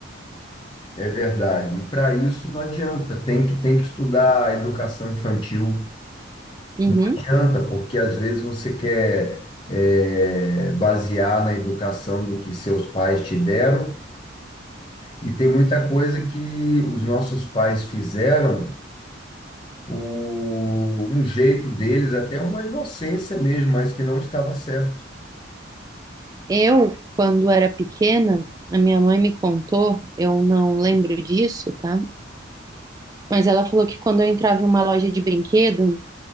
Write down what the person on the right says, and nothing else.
Uhum.
Eu, quando era pequena, a minha mãe me contou, eu não lembro disso, tá? Mas ela falou que quando eu entrava em uma loja de brinquedo